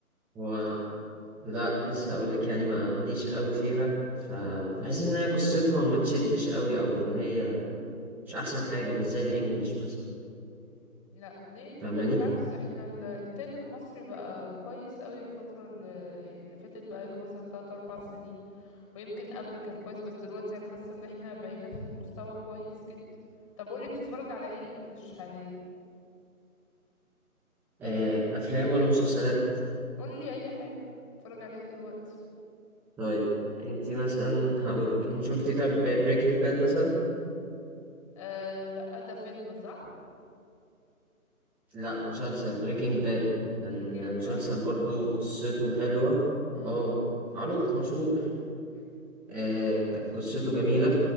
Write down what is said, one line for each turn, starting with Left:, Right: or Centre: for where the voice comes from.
Centre: هو لا لسه هقول لك يعني ما ليش قوي فيها فبحس ان هي قصتها ما تشدش قوي او ان هي مش احسن حاجه مش زي الانجليش مثلا
Left: لا ليه كده
Centre: فاهماني
Left: بالعكس احنا الانتاج المصري بقى كويس قوي الفترة اللي يعني اللي فاتت بقى له مثلا 3 4 سنين ويمكن قبل كان كويس بس دلوقتي انا حاسة ان احنا بقينا في مستوى كويس جدا طب قولي بتتفرج على ايه انجلش حاليا
Centre: آه، افلام ولا مسلسلات
Left: قولي اي حاجة بتتفرج عليها دلوقتي
Centre: طيب انت مثلا هقول لك انت شفتي طب بريكنج باد مثلا
Left: آه لا ده فيلم صح
Centre: لا مسلسل بريكنج باد كان
Left: بريكنج باد
Centre: مسلسل برضو قصته حلوة
Left: ها
Centre: اه معروف مشهور
Left: اوكي
Centre: آه كان قصته جميلة